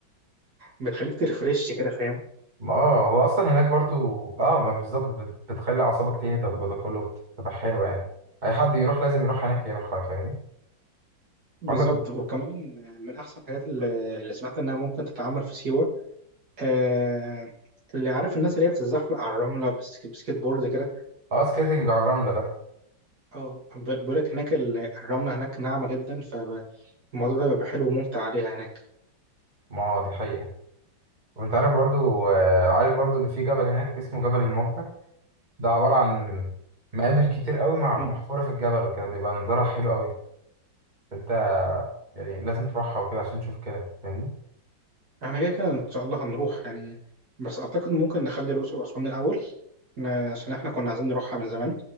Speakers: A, on the right; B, on the right.
A: بتخليك ترفرش كده فاهم
B: ما اه هو أصلا هناك برضو اه ما بالظبط بت- بتخلي أعصابك تهدى والجو ده كله بتبقى حلوة يعني أي حد يروح لازم يروح هناك يروحها فاهمني؟
A: بالظبط
B: عندك
A: وكمان من احسن الحاجات اللي اللي سمعت انها ممكن تتعمل في سيوة آه اللي عارف الناس اللي هي بتتزحلق على الرملة بسك- بسكيت بورد كده
B: اه سكيتنج على الرملة ده
A: اه بيقول لك هناك ال- الرملة هناك ناعمة جدا فالموضوع ده بيبقى حلو وممتع عليها هناك
B: ما هو دي حقيقة وانت عارف برضو آه، عارف برضو ان في جبل هناك اسمه جبل الموتى ده عبارة عن مقابر كتير قوي مع-
A: مم.
B: محفورة في الجبل وكده بيبقى منظرها حلو قوي انت يعني لازم تروحها وكده عشان تشوف كده فاهمني
A: احنا كده كده ان شاء الله هنروح يعني بس اعتقد ممكن نخلي الاقصر واسوان الاول ن- عشان احنا كنا عايزين نروحها من زمان